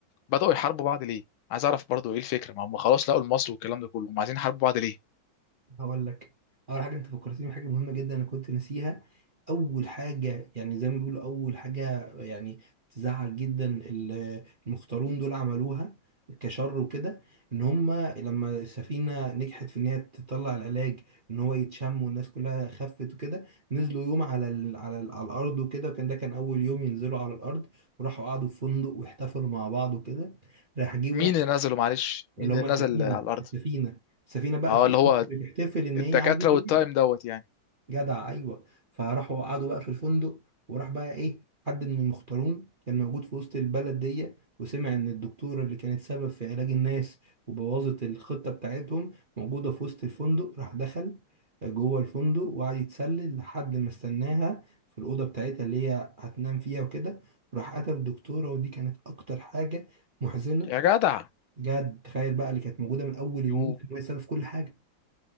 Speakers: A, on the left; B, on the right.
A: بداوا يحاربوا بعض ليه؟ عايز اعرف برضو ايه الفكره ما هم خلاص لقوا المصل والكلام ده كله هم عايزين يحاربوا بعض ليه؟
B: هقول لك اول حاجه انت فكرتني بحاجه مهمه جدا انا كنت ناسيها اول حاجه يعني زي ما بيقولوا اول حاجه يعني تزعل جدا ال- المختارون دول عملوها كشر وكده ان هم لما السفينه نجحت في ان هي تطلع العلاج ان هو يتشم والناس كلها خفت وكده نزلوا يوم على ال على, ال على الارض وكده وكان ده كان اول يوم ينزلوا على الارض وراحوا قعدوا في فندق واحتفلوا مع بعض وكده راح جه واحد
A: مين اللي نزله معلش؟ مين
B: اللي هم
A: اللي
B: السفينه
A: نزل على الارض؟
B: السفينه السفينه بقى
A: اه
B: فرحت
A: اللي هو
B: بتحتفل ان
A: الدكاتره
B: هي عالجت
A: والتايم
B: الناس
A: دوت يعني
B: جدع ايوه فراحوا قعدوا بقى في الفندق وراح بقى ايه حد من المختارون كان موجود في وسط البلد دي وسمع ان الدكتوره اللي كانت سبب في علاج الناس وبوظت الخطه بتاعتهم موجوده في وسط الفندق راح دخل جوه الفندق وقعد يتسلل لحد ما استناها في الاوضه بتاعتها اللي هي هتنام فيها وكده راح قتل الدكتوره ودي كانت اكتر حاجه محزنه
A: يا جدع
B: بجد تخيل بقى اللي كانت موجوده من اول الموسم
A: يو
B: وهي السبب في كل حاجه